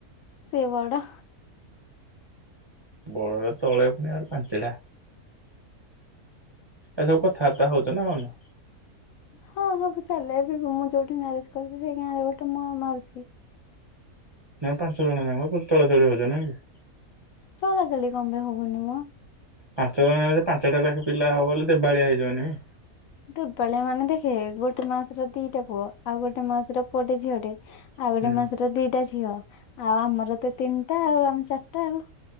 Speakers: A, on the left; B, on the right.
A: ସେ ବଡ।
B: ବଡ଼ର ତଳେ ପୁଣି ଆହୁରି ପାଞ୍ଚେଟା। ଏସବୁ କଥାବାର୍ତ୍ତା ହଉଛ ନା ହଉନ?
A: ହଁ ସବୁ ଚାଲେ, ଏବେ ମୁଁ ଯୋଉଠି ମ୍ୟାରେଜ କରିଛି ସେଇ ଗାଁରେ ଗୋଟେ ମୋ ମାଉସୀ
B: ନଁ ପାଞ୍ଚ ଜଣ ଯାଙ୍କ ଚଳାଚଳି ହଉଛ ନାଇଁ କି?
A: ଚଳା ଚଳି କପାଇଁ ହବୁନି ମ?
B: ପାଞ୍ଚ ଜଣ ପାଞ୍ଚଟା ଲାଖେ ପିଲା ହବ ବଲେ ଦେବାଳିଆ ହେଇଯିବ ନାଇଁ?
A: ଦେବାଳିଆ ମାନେ ଦେଖେ, ଗୋଟେ ମାଉସୀର ଦିଟା ପୁଅ ଆଉ ଗୋଟେ ମାଉସୀର ପୁଅଟେ ଝିଅଟେ। ଆଉ
B: ହୁଁ
A: ଗୋଟେ ମାଉସୀର ଦିଟା ଝିଅ ଆଉ ଆମର ତ ତିନିଟା ଆଉ ଆମେ ଚାରିଟା ଆଉ।